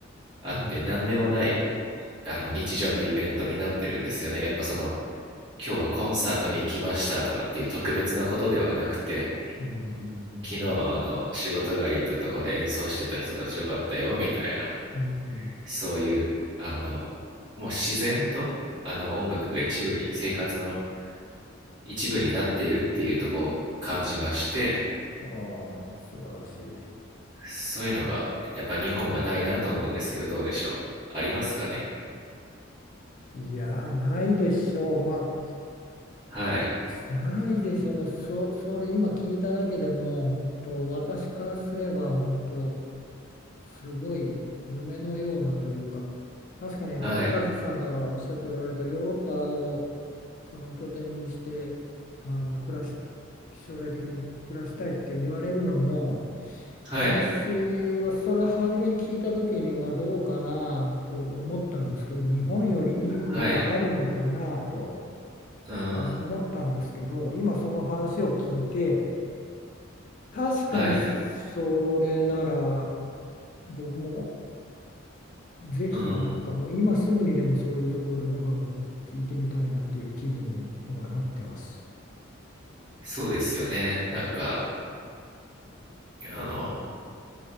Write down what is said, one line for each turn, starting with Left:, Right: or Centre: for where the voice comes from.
Right: あって、
Left: うん。
Right: 何でもない、あの、日常のイベントになってるんですよね。やっぱその、今日はコンサートに行きましたとかっていう特別なことではなくて、
Left: うん。
Right: 昨日あの仕事帰り行ったとこで演奏してた人たちよかったよみたいな
Left: うん。
Right: そういうあのもう自然とあの音楽が一部に生活の一部になっているっていうところを感じまして
Left: ああ、素晴らしい。
Right: そういうのがやっぱ日本はないなと思うんですけどどうでしょうありますかね
Left: いやー、ないでしょう。まあ、
Right: はい
Left: ないでしょう、もうそ、それ今聞いただけでも本当、私からすれば本当、すごい夢のようなというか、確かにか和樹さんがおっしゃっておられたヨーロッパを
Right: はい
Left: その拠点にして、あの暮らし、将来的に暮らしたいって言われるのも、
Right: はい
Left: 私はそれ初めに聞いた時にはどうかなと思ったんですけど、日本よりいい国があるのかなと。
Right: はいうん
Left: あ思ったんですけど今その話を聞いて確かにそ、
Right: はい
Left: それなら僕もぜひなんかもう今すぐにでもそういうところで音楽を聴いてみたいなっていう気分に今なってます。
Right: うんそうですよねなんか
Left: え
Right: あの